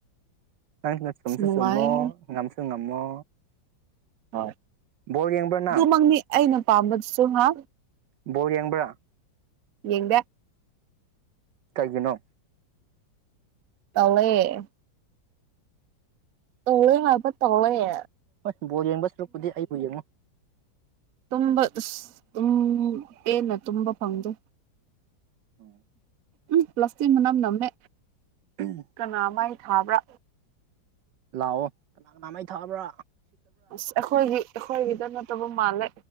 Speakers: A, on the right; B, on the right.
A: ꯅꯪꯅ ꯆꯨꯝꯁꯨ
B: ꯑꯁ ꯅꯨꯡꯉꯥꯏꯍꯦ
A: ꯆꯨꯝꯃꯣ ꯉꯝꯁꯨ ꯉꯝꯃꯣ
B: ꯍꯣꯏ
A: ꯕꯣꯜ ꯌꯦꯡꯕ꯭ꯔꯥ ꯅꯪ
B: ꯑꯗꯨꯃꯛꯅꯤ ꯑꯩꯅ ꯄꯥꯝꯕꯗꯨꯁꯨ ꯍꯥ
A: ꯕꯣꯜ ꯌꯦꯡꯕ꯭ꯔꯥ
B: ꯌꯦꯡꯗꯦ
A: ꯀꯩꯒꯤꯅꯣ
B: ꯇꯜꯂꯦ ꯇꯜꯂꯦ ꯍꯥꯏꯕ ꯇꯜꯂꯦ
A: ꯍꯣꯏ ꯕꯣꯜ ꯌꯦꯡꯕ ꯁꯔꯨꯛꯄꯨꯗꯤ ꯑꯩꯕꯨ ꯌꯦꯡꯉꯣ
B: ꯇꯨꯝꯕ ꯑꯁ ꯇꯨꯝ ꯄꯦꯟꯅ ꯇꯨꯝꯕ ꯐꯪꯗꯦ
A: ꯑꯣ
B: ꯎꯝ ꯄ꯭ꯂꯥꯁꯇꯤꯛ ꯃꯅꯝ ꯅꯝꯃꯦ
A: ꯎꯝ
B: ꯀꯅꯥ ꯃꯩ ꯊꯥꯕ꯭ꯔꯥ
A: ꯂꯥꯛꯑꯣ ꯀꯅꯥ ꯀꯅꯥꯃꯥꯏ ꯊꯛꯕ꯭ꯔꯥ
B: ꯑꯁ ꯑꯩꯈꯣꯏꯒꯤ ꯑꯩꯈꯣꯏꯒꯤꯗ ꯅꯠꯇꯕ ꯃꯥꯜꯂꯦ